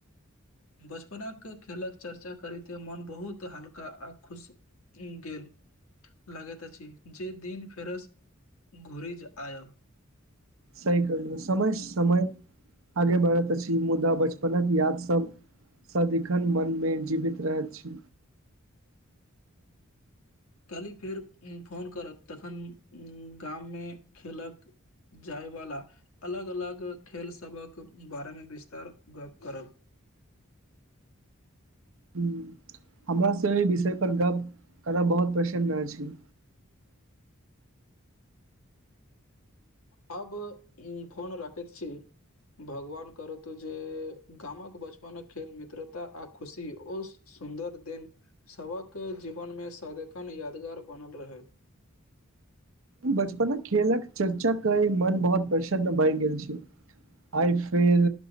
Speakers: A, on the left (about 85°); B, on the right (about 70°).
A: बचपनक खेलक चर्चा करैते मोन बहुत हल्का आ खुश उ गेल लगैत अछि जे दिन फेरस घुरिज आयब
B: सही कहलु समय समय आगे बढ़ैत अछि मुदा बचपनक याद सब सदिखन मन में जीवित रहैत छी
A: कहली फेर फोन करब तखन गाम मे खेलक जायवला अलग अलग खेलसभक बारे में विस्तार गप करब
B: ह हमरा से अय विषय पर गप करब बहुत प्रसन्न अछि
A: अब फोन रखैत छी भगवान करतउ जे गामक बचपन खेल मित्रता आ खुशी ओ सुन्दर दिन सबक जीवन में सदखन यादगार बनल रहे
B: ह बचपन खेलक चर्चा कय मन बहुत प्रसन्न भए गेल छी आइ फेर